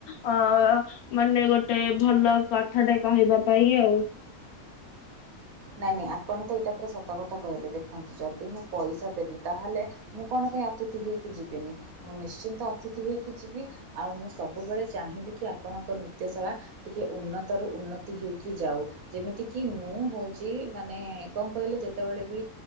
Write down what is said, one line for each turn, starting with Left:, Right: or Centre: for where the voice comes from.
Left: ଅ ମାନେ ଗୋଟେ ଭଲ କଥାଟେ କହିବା ପାଇଁ ଆଉ।
Right: ନାଇଁ ନାଇଁ ଆପଣ ତ ଏଇଟା ପୁରା ସତ କଥା କହିଲେ ଦେଖନ୍ତୁ ଯଦି ମୁଁ ପଇସା ଦେବି ତାହେଲେ ମୁଁ କଣ ପାଇଁ ଅତିଥି ହେକି ଯିବିନି। ମୁଁ ନିଶ୍ଚିନ୍ତ ଅତିଥି ହେଇକି ଯିବି ଆଉ ମୁଁ ସବୁବେଳେ ଚାହିଁବି କି ଆପଣଙ୍କ ନୃତ୍ୟଶାଳା ଟିକେ ଉନ୍ନତ ରୁ ଉନ୍ନତି ହେଇକି ଯାଉ ଯେମିତି କିି ମୁଁ ହଉଛି। ମାନେ କଣ କହିଲେ ଯେତେବେଳେ ବି